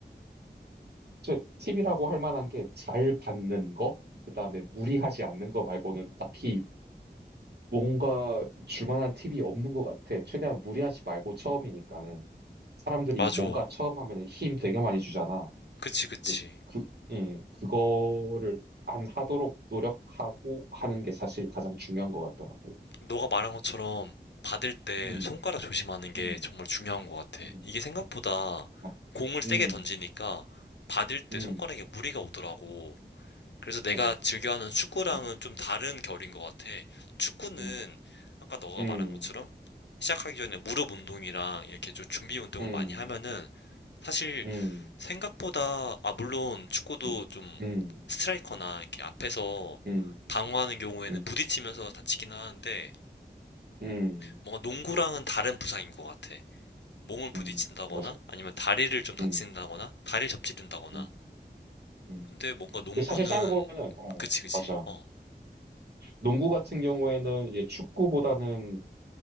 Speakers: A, on the right; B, on the left.
A: 저 팁이라고 할 만한 게 잘 받는 거, 그다음에 무리하지 않는 거 말고는 딱히 뭔가 줄 만한 팁이 없는 것 같아. 최대한 무리하지 말고 처음이니까는 사람들이
B: 맞아.
A: 뭔가 처음 하면은 힘 되게 많이 주잖아.
B: 그치, 그치.
A: 이제 그, 음, 그거를 안 하도록 노력하고 하는 게 사실 가장 중요한 것 같더라고.
B: 너가 말한 것처럼 받을 때
A: 음,
B: 손가락 조심하는 게
A: 음,
B: 정말 중요한 것 같아.
A: 음,
B: 이게 생각보다
A: 맞,
B: 공을 세게
A: 음,
B: 던지니까 받을 때
A: 음,
B: 손가락에 무리가 오더라고. 그래서 내가
A: 맞아.
B: 즐겨하는 축구랑은
A: 음,
B: 좀 다른 결인 것 같아. 축구는
A: 음,
B: 아까 너가
A: 음,
B: 말한 것처럼 시작하기 전에 무릎 운동이랑 이렇게 좀 준비 운동을
A: 음,
B: 많이 하면은 사실
A: 음,
B: 생각보다 아 물론 축구도
A: 음,
B: 좀
A: 음,
B: 스트라이커나 이렇게 앞에서
A: 음,
B: 방어하는 경우에는
A: 음,
B: 부딪히면서 다치긴 하는데
A: 음,
B: 뭔가 농구랑은 다른 부상인 것 같아. 몸을 부딪힌다거나
A: 음, 맞아.
B: 아니면 다리를 좀 다친다거나
A: 음,
B: 다리를 접지른다거나.
A: 음, 음.
B: 근데 뭔가 농구는
A: 근데 사실 생각해보면은, 어,
B: 그치 그치.
A: 맞아.
B: 어
A: 농구 같은 경우에는 이제 축구보다는